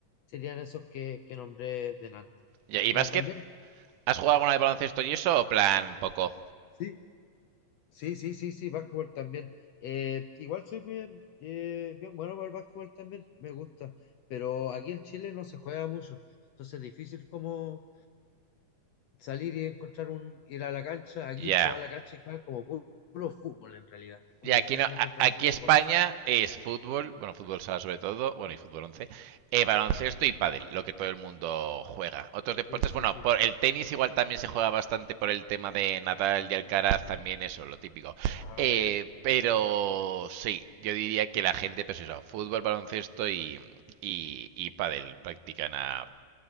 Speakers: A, on the left; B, on the right.
A: serían esos que, que nombré de antes.
B: Ya, ¿Y
A: Eh,
B: básquet?
A: también,
B: ¿Has jugado alguna vez baloncesto y eso o plan poco?
A: Sí, Sí, sí, sí, sí, básquetbol también. Eh, igual soy bien, eh, bien bueno para el básquetbol también, me gusta, pero aquí en Chile no se juega mucho, entonces es difícil como salir y encontrar un, ir a la cancha, aquí
B: Ya.
A: se va a la cancha y juega como pu- puro, fútbol en realidad, es como
B: Y aquí
A: difícil
B: no, a-
A: encontrar
B: aquí
A: otros
B: España
A: deportes.
B: es fútbol, bueno, fútbol sala sobre todo, bueno, y fútbol once eh, baloncesto y pádel, lo que todo el mundo juega. Otros deportes,
A: Sí, sí,
B: bueno,
A: sí.
B: por el tenis igual también se juega bastante por el tema de Nadal y Alcaraz, también eso, lo típico.
A: Ah,
B: Eh,
A: ya.
B: pero sí, yo diría que la gente, pues eso, fútbol, baloncesto y, y, y pádel practican a,